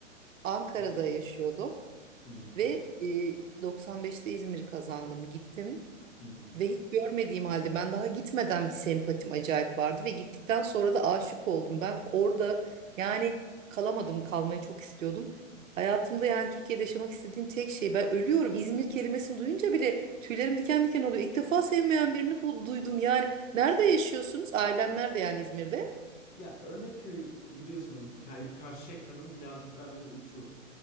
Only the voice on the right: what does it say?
Ankara'da
yaşıyordum
ve e, 95'te İzmir kazandım gittim
ve hiç görmediğim halde ben daha gitmeden bir sempatim acayip vardı ve gittikten sonra da aşık oldum. Ben orada yani kalamadım kalmayı çok istiyordum. Hayatımda yani Türkiye'de yaşamak istediğim tek şey ben ölüyorum. İzmir kelimesini duyunca bile tüylerim diken diken oluyor. İlk defa sevmeyen birini bul- duydum yani. Nerede yaşıyorsunuz? Ailen nerede yani İzmir'de?